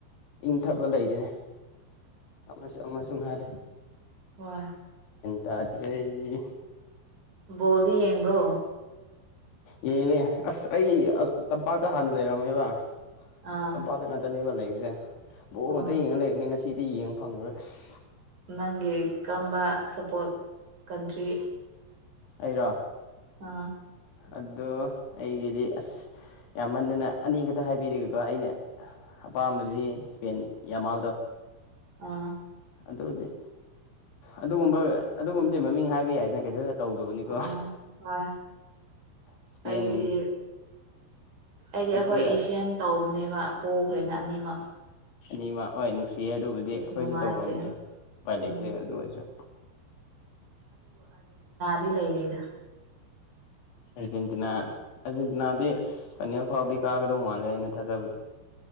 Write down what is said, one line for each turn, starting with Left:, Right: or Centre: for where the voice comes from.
Left: ꯏꯪꯊꯄ ꯂꯩꯔꯤꯅꯦ ꯑꯁꯨ ꯑꯃꯁꯨ ꯉꯔꯦ
Right: ꯋꯥ
Left: ꯇꯖꯔꯩ
Right: ꯕꯣꯜꯗꯨ ꯌꯦꯡꯕ꯭ꯔꯣ
Left: ꯌꯦꯡꯉꯦ ꯑꯁ ꯑꯩ ꯇꯝꯄꯥꯛꯇ ꯍꯥꯟꯅ ꯂꯩꯔꯝꯃꯦꯕ
Right: ꯑꯥ
Left: ꯇꯝꯄꯥꯛꯇ ꯉꯥꯛꯇꯅꯦꯕ ꯂꯩꯕꯁꯦ ꯕꯣ
Right: ꯑꯣ
Left: ꯉꯇ ꯌꯦꯡꯉ ꯂꯩꯕꯅꯦ ꯉꯁꯤ ꯁꯤꯗꯤ ꯌꯦꯡꯕ ꯐꯪꯂꯉꯣꯏ ꯑꯁ
Right: ꯅꯪꯒꯤ ꯀꯔꯝꯕ ꯁꯞꯄꯣꯔꯠ ꯀꯟꯇ꯭ꯔꯤ
Left: ꯑꯩꯔꯣ
Right: ꯑꯥ
Left: ꯑꯗꯣ ꯑꯩꯒꯤꯗꯤ ꯑꯁ ꯌꯥꯝꯃꯟꯗꯅ ꯑꯅꯤ ꯈꯛꯇ ꯍꯥꯏꯕꯤꯔꯤꯒꯦꯀꯣ ꯑꯩꯅ ꯑꯄꯥꯝꯕꯗꯤ ꯏꯁꯄꯦꯟ ꯌꯥꯝꯃꯥꯜꯗꯣ
Right: ꯑꯥ
Left: ꯑꯗꯨꯗꯤ ꯑꯗꯨꯒꯨꯝꯕ ꯑꯗꯨꯒꯨꯝꯕꯗꯤ ꯃꯃꯤꯡ ꯍꯥꯏꯕ ꯌꯥꯏꯗꯅ ꯀꯩꯁꯨꯠ ꯇꯧꯗꯕꯅꯤꯀꯣ
Right: ꯑꯣ ꯍꯣꯏ
Left: ꯏꯁꯄꯦꯟ
Right: ꯑꯩꯗꯤ ꯑꯩꯗꯤ
Left: ꯑꯗꯨꯒ
Right: ꯑꯩꯈꯣꯏ ꯑꯦꯁꯤꯌꯥꯟ ꯇꯧꯕꯅꯦꯕ ꯄꯈ꯭ꯔꯦꯅ ꯑꯅꯤꯃꯛ
Left: ꯑꯅꯤꯃ ꯍꯣꯏ ꯅꯨꯡꯁꯤꯌꯦ ꯑꯗꯨꯕꯨꯗꯤ ꯑꯩꯈꯣꯏꯁꯨ
Right: ꯅꯨꯡꯉꯥꯏꯇꯦ
Left: ꯇꯧꯔꯝꯅꯦ ꯎꯄꯥꯏ
Right: ꯎꯝ
Left: ꯂꯩꯇꯣꯏꯦ ꯑꯗꯨ ꯑꯣꯏꯔꯁꯨ
Right: ꯗꯤ ꯂꯩꯔꯤꯗ
Left: ꯑꯔꯖꯦꯟꯇꯤꯅꯥ ꯑꯔꯖꯦꯟꯇꯤꯅꯥꯗꯤ ꯐꯅꯦꯜ ꯐꯥꯎꯗꯤ ꯀꯥꯒꯗꯧ ꯃꯥꯜꯂꯦ ꯑꯩꯅ ꯊꯥꯖꯕꯗ